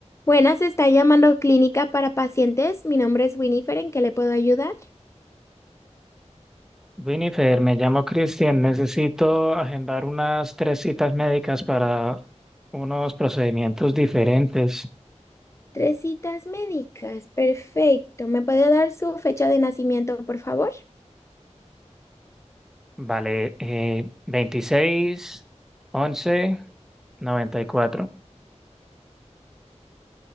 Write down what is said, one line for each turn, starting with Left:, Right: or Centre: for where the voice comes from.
Left: Buenas, está llamando Clínica para Pacientes. Mi nombre es Winifred, ¿en qué le puedo ayudar?
Centre: Winifred, me llamo Cristian. Necesito agendar unas tres citas médicas para unos procedimientos diferentes.
Left: Tres citas médicas, perfecto. ¿Me puede dar su fecha de nacimiento, por favor?
Centre: Vale, eh, veintiséis, once, noventa y cuatro.